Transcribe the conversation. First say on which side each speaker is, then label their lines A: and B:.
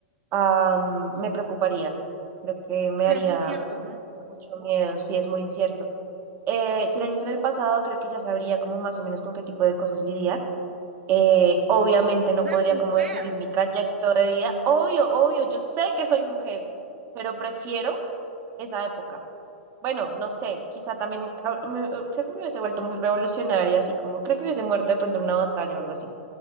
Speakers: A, on the right; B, on the right.
A: ah, me preocuparía. Creo que me
B: O sea,
A: haría
B: es incierto, ¿no?
A: mucho miedo, sí, es muy incierto. Eh, 100 años en el pasado, creo que ya sabría como más o menos con qué tipo de cosas lidiar. Eh, obviamente no
B: Ser
A: podría
B: mujer.
A: como definir mi trayecto de vida. Obvio, obvio, yo sé que soy mujer, pero prefiero esa época. Bueno, no sé, quizá también, ah, me- eh, creo que me hubiese vuelto muy revolucionaria, así como, creo que hubiese muerto de pronto en una batalla o algo así,